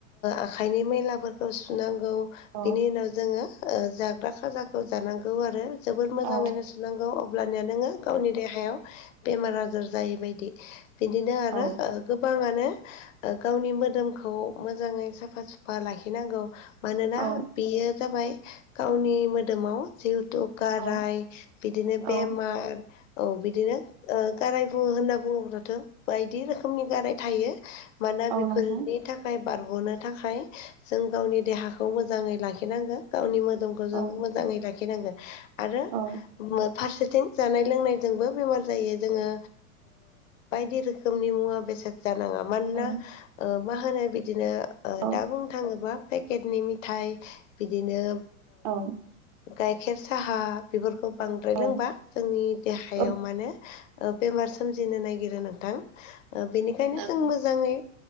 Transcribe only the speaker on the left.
आखाइनि मैलाफोरखौ सुनांगौ
बिनि उनाव जोङो जाग्रा खाजाखौ जानांगौ आरो जोबोर मोजाङैनो
सुनांगौ अब्लनिया नोङो गावनि देहायाव बेमार आजार जायै बदि बिदिनो आरो
गोबाङानो गावनि मोदोमखौ मोजाङै साफा सुफा लाखिनांगौ मानोना
बेयो जाबाय गावनि मोदोमाव जिहेथु गाराय
बिदिनो
बेमार औ बिदिनो गाराय बुङो होनना बुङोब्लाथ' बायदि रोखोमनि गाराय थायो मानोना
बेफोरनि
थाखाय थाखाय बारग'नो थाखाय जों गावनि देहाखौ मोजाङै लाखिनांगोन गावनि मोदोम
जों मोजाङै लाखिनांगोन आरो
फारसेथिं जानाय लोंनायजोंबो बेमार जायो जोङो बायदि रोखोमनि मुवा बेसाद जानाङा मानोना
मा होनो बिदिनो
दा बुंनो थाङोबा पेकेटनि मिथायाइ बिदिनो
गाइखेर साहा बेफोरखौ बांद्राय
लोंबा जोंनि देहायाव
माने बेमार सोमजिनो नागिरो नोंथां बेनिखायनो
जों
मोजाङै